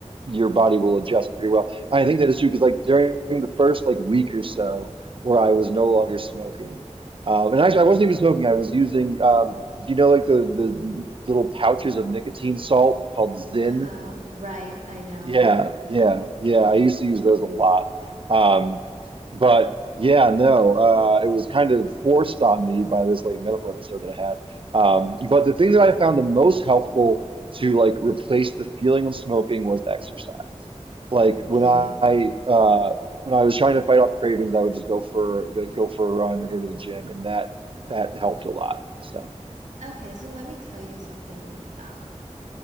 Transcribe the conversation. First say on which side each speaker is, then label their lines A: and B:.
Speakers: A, on the right; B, on the right.
A: your body will adjust pretty well. I think that is true because like during the first like week or so where I was no longer smoking. Uh, and actually, I wasn't even smoking. I was using, um, do you know, like the the little pouches of nicotine salt called Zyn?
B: Uh-huh. Right, I know.
A: Yeah, yeah, yeah. I used to use those a lot. Um, but yeah, no, uh, it was kind of forced on me by this like medical episode that I had. Um, but the thing that I found the most helpful to like replace the feeling of smoking was exercise. Like
B: Okay.
A: when I uh, when I was trying to fight off cravings, I would just go for go go for a run or go to the gym, and that that helped a lot. So.
B: Okay, so let me tell you something. Uh,